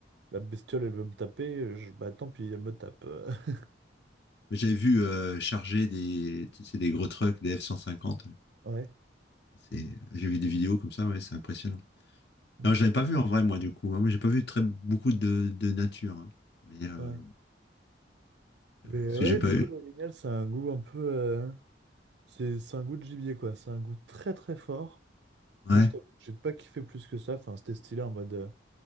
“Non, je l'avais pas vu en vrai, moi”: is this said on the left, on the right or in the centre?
Left